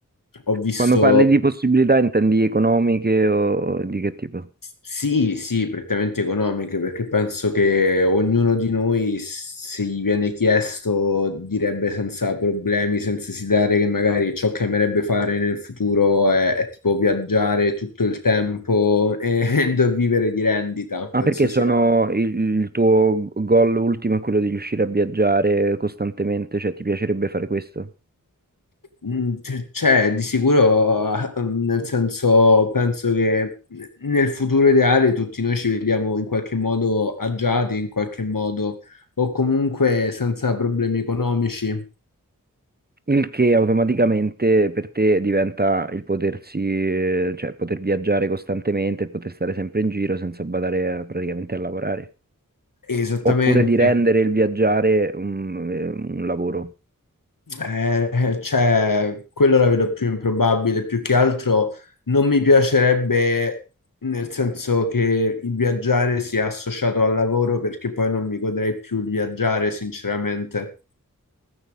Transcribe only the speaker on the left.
ho visto
Sì, sì, prettamente economiche, perché penso che ognuno di noi, se gli viene chiesto, direbbe senza problemi, senza esitare che magari ciò che amerebbe fare nel futuro è, è tipo viaggiare tutto il tempo e, <laughs> vivere di rendita.
Penso
sia.
Mm, c- Cioè, di sicuro, ah, mm, nel senso, penso che nel futuro ideale tutti noi ci vediamo in qualche modo agiati, in qualche modo, o comunque senza problemi economici.
Esattamente.
Eh, cioè, quello la vedo più improbabile. Più che altro non mi piacerebbe, nel senso che il viaggiare sia associato al lavoro, perché poi non mi godrei più il viaggiare, sinceramente.